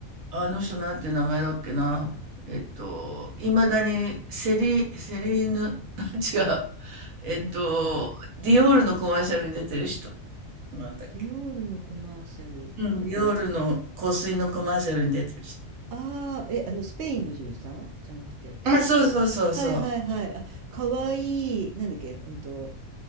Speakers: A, on the right; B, on the right.
A: あの人なんて名前だっけな、えっと、いまだにセリ、セリーヌ、<laughs> 違う、えっと、
B: うん。
A: ディオールのコマーシャルに出てる人。なんだっけ。
B: ディオールのコマーシャル。
A: うん、ディオールの香水のコマーシャルに出てる人。
B: ああ、え、あの、スペインの女優さんじゃなくて。
A: あ、そうそうそうそう。
B: はいはいはい。あ、かわいい。なんだっけうんと、